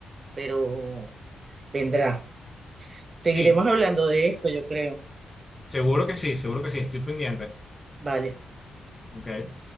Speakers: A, on the right; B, on the left.
A: pero vendrá. Seguiremos
B: sí.
A: hablando de esto, yo creo.
B: Seguro que sí, seguro que sí. Estoy pendiente.
A: Vale.
B: Ok.